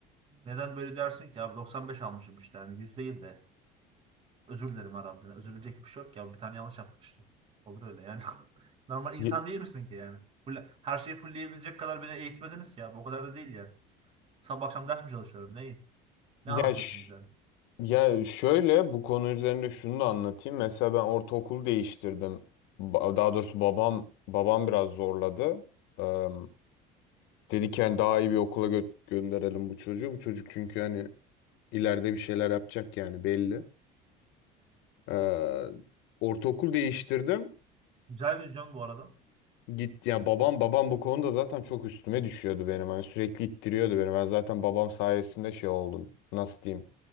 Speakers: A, on the right; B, on the left.
A: Neden böyle dersin ki abi 95 almışım işte yani 100 değil de özür dilerim herhalde. Özürülecek bir şey yok ya bir tane yanlış yaptık işte. Olur öyle yani. <laughs> Normal insan
B: Ye-
A: değil misin ki yani? Full, her şeyi fullleyebilecek kadar beni eğitmediniz ki abi o kadar da değil yani. Sabah akşam ders mi çalışıyorum neyin? Ne
B: Ya,
A: anlatıyorsunuz
B: ş-
A: yani?
B: Ya şöyle bu konu üzerinde şunu da anlatayım. Mesela ben ortaokul değiştirdim. Ba- Daha doğrusu babam babam biraz zorladı. Eee dedi ki hani daha iyi bir okula gö- gönderelim bu çocuğu. Bu çocuk çünkü hani ileride bir şeyler yapacak yani belli. Eee ortaokul değiştirdim.
A: Güzel vizyon bu arada.
B: Git ya babam babam bu konuda zaten çok üstüme düşüyordu benim. Hani sürekli ittiriyordu beni. Ben zaten babam sayesinde şey oldum. Nasıl diyeyim?